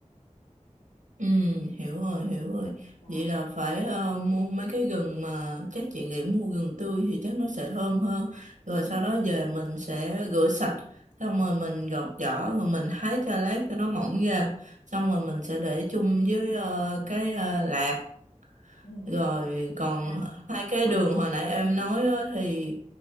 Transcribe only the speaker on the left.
Ừ.
đó
đúng
không
ừ,
từ từ
lạc
lạc